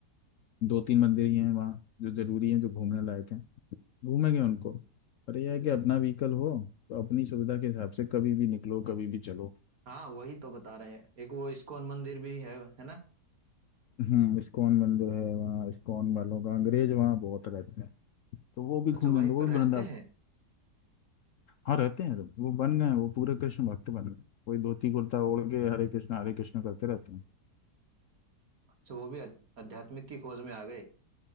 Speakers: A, on the left; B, on the right.
A: दो तीन मंदिर ही हैं वहाँ जो जरूरी हैं जो घूमने लायक हैं घूमेंगे उनको पर यह है कि अपना व्हीकल हो तो अपनी सुविधा के हिसाब से कभी भी निकलो कभी भी चलो
B: हाँ वही तो बता रहे हैं एक वो इस्कॉन मंदिर भी है है ना
A: हम्म इस्कॉन मंदिर है वहाँ इस्कॉन वालों का अंग्रेज वहाँ बहुत रहते हैं तो वो भी
B: अच्छा
A: घूमेंगे
B: वहीं
A: वो
B: पर रहते
A: भी वृंदावन
B: हैं
A: हाँ रहते हैं वो बन गए हैं, वो पूरे कृष्ण भक्त बन गए कोई धोती कुर्ता ओढ़ के हरे कृष्ण हरे कृष्ण करते रहते हैं
B: अच्छा वो भी अध- आध्यात्मिक की खोज में आ गए